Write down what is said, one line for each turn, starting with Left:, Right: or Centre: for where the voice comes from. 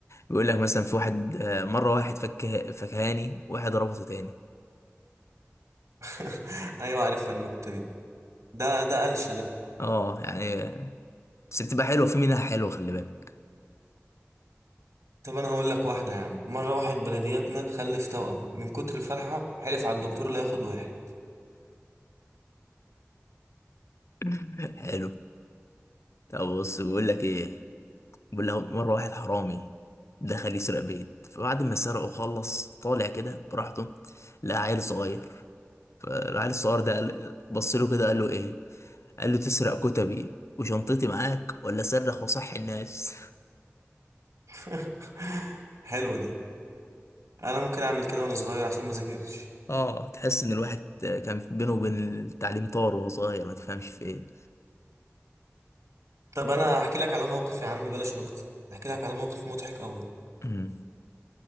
Left: بيقول لك مثلا في واحد آه، مرة واحد فك فكهاني واحد ربطه تاني
Right: <laughs> ايوه عارفها النكتة دي ده ده قلش ده
Left: اه يعني بس بتبقى حلوة في منها حلوة خلي بالك
Right: طب انا هقول لك واحدة يا عم مرة واحد بلدياتنا خلف توأم من كتر الفرحة حلف على الدكتور لا ياخد واحد
Left: <laughs> حلو طب بص بيقول لك ايه بيقول له مرة واحد حرامي دخل يسرق بيت فبعد ما سرقه خلص طالع كده براحته لقى عيل صغير فالعيل الصغير ده قال- بص له كده قال له ايه قال له تسرق كتبي وشنطتي معاك ولا صرخ وصحي الناس
Right: <laughs> حلوة دي انا ممكن اعمل كده وانا صغير عشان ما ذاكرش
Left: <laughs> اه تحس ان الواحد كان بينه وبين التعليم طار وهو صغير ما تفهمش في ايه
Right: طب انا هحكي لك على موقف يا عم بلاش نكت هحكي لك على موقف مضحك قوي
Left: أمم،